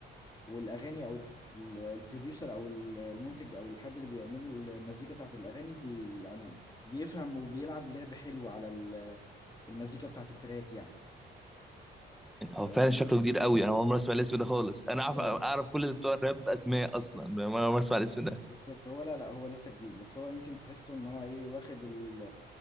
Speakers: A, on the left; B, in the centre.
A: والاغاني او ال- البروديوسر او ال- المنتج او الحد اللي بيعمله المزيكا بتاعت الاغاني بي يعني بيفهم وبيلعب لعب حلو على ال- المزيكا بتاعت التراك يعني
B: يعني هو
A: اه
B: فعلا شكله كبير قوي انا اول مره اسمع الاسم ده خالص انا اعرف
A: آه،
B: اعرف كل اللي بتوع الراب اسماء اصلا فاهم؟ انا اول مره اسمع الاسم ده
A: بالظبط هو لا لا هو لسه جديد بس هو يمكن تحسه ان هو ايه واخد ال